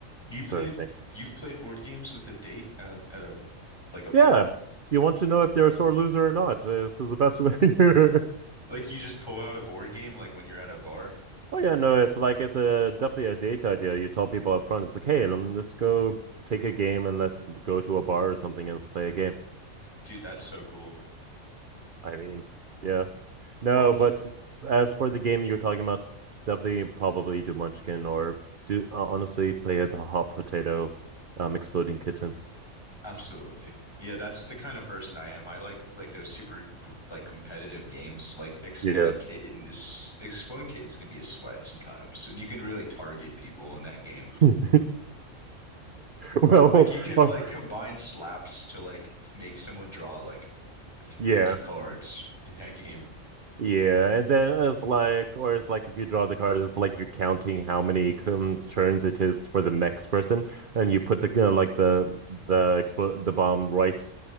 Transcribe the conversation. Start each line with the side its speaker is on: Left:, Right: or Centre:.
Left: You played
Right: sort of thing.
Left: you've played board games with a date at, at a like a bar?
Right: Yeah, you want to know if they're a sore loser or not. Uh, This is the best way. <laughs>
Left: Like you just pull out a board game like when you're at a bar?
Right: Oh yeah, no, it's like it's a definitely a date idea. You tell people up front, it's like, hey, um, let's go take a game and let's go to a bar or something and let's play a game.
Left: Dude, that's so cool.
Right: I mean, yeah. No,
Left: Well,
Right: but as for the game you're talking about, definitely probably do Munchkin or do uh, honestly play the hot potato, um, exploding kittens.
Left: Absolutely. Yeah, that's the kind of person I am. I like like those super gr- like competitive games. Like Exploding
Right: Yeah.
Left: Kitten is Exploding Kittens can be a sweat sometimes, and you can really target people in that game.
Right: <laughs> Well,
Left: Like you could
Right: or-
Left: like combine slaps to like make someone draw like 50
Right: <laughs> yeah,
Left: cards in that game.
Right: yeah, and then it's like, or it's like if you draw the card, it's like you're counting how many um, turns it is for the next person, and you put the you know, like the the expo the bomb right